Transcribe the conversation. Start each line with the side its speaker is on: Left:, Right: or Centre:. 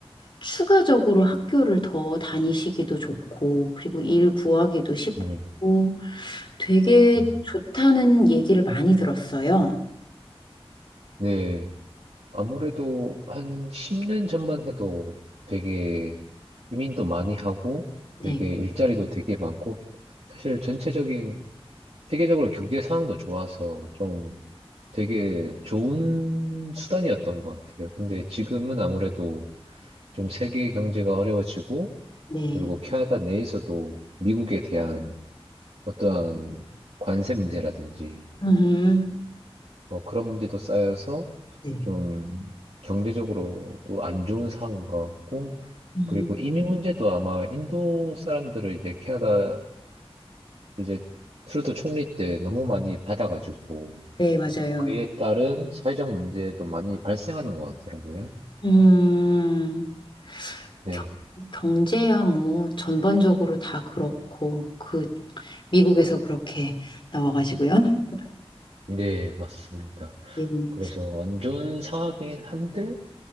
Left: 추가적으로 학교를 더 다니시기도 좋고 그리고 일 구하기도 쉽고
Right: 네.
Left: 되게
Right: 음.
Left: 좋다는 얘기를 많이 들었어요.
Right: 네. 아무래도 한 10년 전만 해도 되게 이민도 많이 하고
Left: 네,
Right: 되게 일자리도 되게 많고 사실 전체적인 세계적으로 경제 상황도 좋아서 좀 되게 좋은 수단이었던 것 같아요. 근데 지금은 아무래도 좀 세계 경제가 어려워지고,
Left: 네.
Right: 그리고 캐나다 내에서도 미국에 대한 어떠한 관세 문제라든지,
Left: 음,
Right: 뭐 그런 문제도 쌓여서
Left: 네.
Right: 좀 경제적으로도 안 좋은 상황인 것 같고,
Left: 음.
Right: 그리고 이민 문제도 아마 인도 사람들을 이제 캐나다 이제 트루도 총리 때 너무 많이 받아가지고,
Left: 네, 맞아요.
Right: 그에 따른 사회적 문제도 많이 발생하는 것 같더라고요.
Left: 음.
Right: 네,
Left: 겨- 경제야 뭐 전반적으로 다 그렇고 그 미국에서 그렇게 나와가지고요. <laughs>
Right: 네, 맞습니다.
Left: 네.
Right: 그래서 안 좋은 상황이긴 한데,